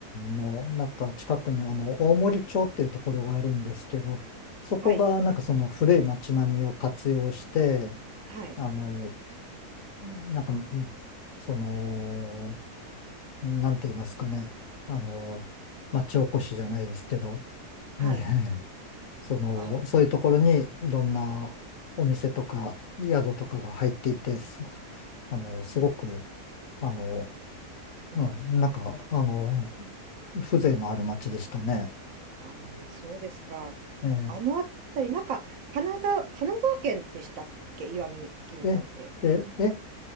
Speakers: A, on the left; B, on the right.
A: の、なんか近くに、あの、大森町っていうところがあるんですけど、そこが、
B: はい。
A: なんかその古い町並みを活用して、
B: はい。
A: あの、なんか、うんその、なんて言いますかね。あの、町おこしじゃないですけど、ねえ、
B: はい。
A: <laughs> その、
B: あ、
A: そういうところにいろんなお店とか宿とかが入っていて、すご、あの、すごく、あの、
B: うん。
A: うん、なんか、あの、風情のある町でしたね。
B: あの、そうですか。
A: ええ、
B: あのあたり、なんか、金沢、金沢県でしたっけ石見銀山って。
A: え、え、え、